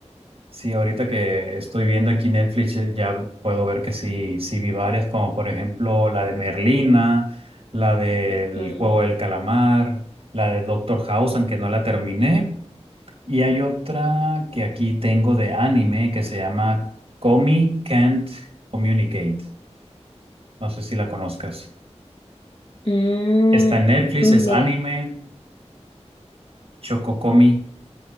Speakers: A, on the right; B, on the left.
A: Sí, ahorita que estoy viendo aquí Netflix, eh, ya puedo ver que sí, sí vi varias, como por ejemplo la de Merlina, la del
B: Mm,
A: Juego del Calamar, la de Doctor House, aunque no la terminé. Y hay otra que aquí tengo de anime que se llama Komi Can't Communicate. No sé si la conozcas.
B: Mm,
A: Está en Netflix,
B: me,
A: es anime, Chococomi.